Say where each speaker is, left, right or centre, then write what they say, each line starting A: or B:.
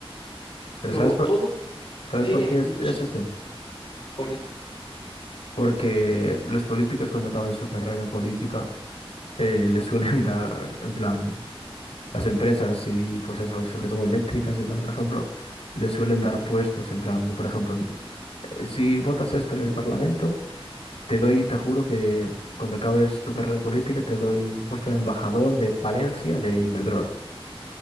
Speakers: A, on the left; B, on the left.
A: Pero
B: Luego,
A: ¿sabes por,
B: todo
A: ¿sabes
B: tiene
A: por qué es,
B: mucho.
A: es eso?
B: ¿Por qué?
A: Porque los políticos cuando acaban su carrera política eh, les suelen <laughs> dar, en plan, Las empresas y pues eso, sobre todo eléctricas y tal, por ejemplo, le suelen dar puestos en plan, o por ejemplo, eh, si votas esto en el Parlamento, te doy, te juro que cuando acabes tu carrera política te doy un puesto de embajador de Palencia de Iberdrola.